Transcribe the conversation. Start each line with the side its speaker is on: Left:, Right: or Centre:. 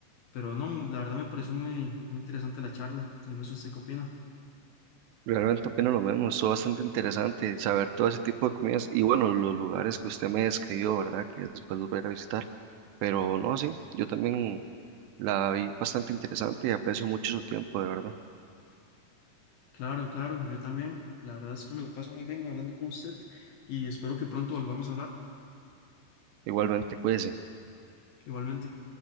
Left: Pero no, la verdad me pareció muy, muy interesante la charla. Yo no sé usted qué opina.
Right: Realmente opino lo mismo, estuvo bastante interesante saber todo ese tipo de comidas y bueno, los lugares que usted me describió, ¿verdad? Que después los voy a ir a visitar, pero no, sí, yo también la vi bastante interesante y aprecio mucho su tiempo, de verdad.
Left: Claro, claro, yo también. La verdad es que me lo paso muy bien hablando con usted y espero que pronto volvamos a hablar
Right: Igualmente, cuídese.
Left: igualmente.